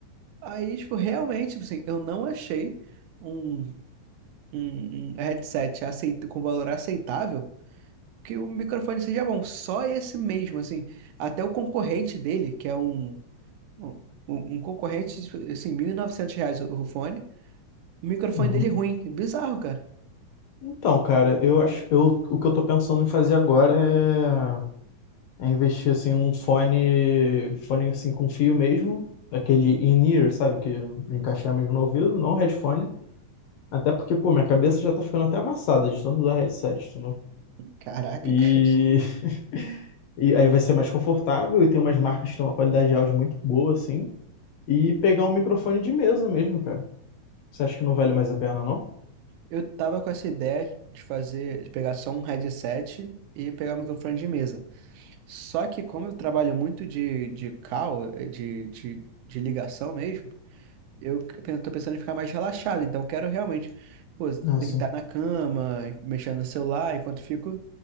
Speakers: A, on the right (about 80°); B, on the left (about 75°).
A: Aí, tipo, realmente, tipo assim, eu não achei um, um, um headset aceit com valor aceitável que o microfone seja bom. Só esse mesmo, assim. Até o concorrente dele, que é um um, um um concorrente, tipo, assim, 1.900 reais o o fone. O microfone
B: uhum.
A: dele é ruim. Bizarro, cara.
B: Então, cara, eu acho, eu, o que eu tô pensando em fazer agora é É investir assim num fone, fone assim com fio mesmo, aquele in-ear, sabe, que encaixar mesmo no ouvido, não headphone. Até porque, pô, minha cabeça já tá ficando até amassada de tanto usar headset, entendeu?
A: Caraca,
B: E...
A: <laughs> cara.
B: <laughs> e aí vai ser mais confortável e tem umas marcas que têm uma qualidade de áudio muito boa, assim. E pegar um microfone de mesa mesmo, cara. Você acha que não vale mais a pena, não?
A: Eu tava com essa ideia de fazer, de pegar só um headset e pegar o microfone de mesa. Só que como eu trabalho muito de, de call, eh, de, de, de ligação mesmo, eu pe- tô pensando em ficar mais relaxado. Então eu quero realmente, pô,
B: Ah,
A: deitar
B: sim.
A: na cama, mexendo no celular, enquanto fico